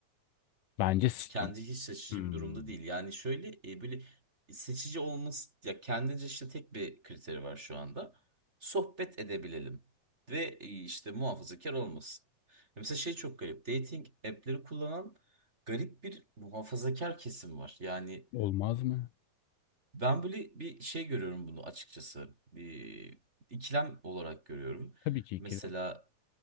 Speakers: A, on the left; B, on the right.
A: Bence s-
B: kendi hiç seçici
A: Hmm.
B: bir durumda değil. Yani şöyle e, böyle seçici olması ya kendince işte tek bir kriteri var şu anda. Sohbet edebilelim ve e, işte muhafazakar olmasın. Ya Mesela şey çok garip. Dating app'leri kullanan garip bir muhafazakar kesim var. Yani
A: Olmaz mı?
B: ben böyle bir şey görüyorum bunu açıkçası. Bir ikilem olarak görüyorum.
A: Tabii ki
B: Mesela
A: kira.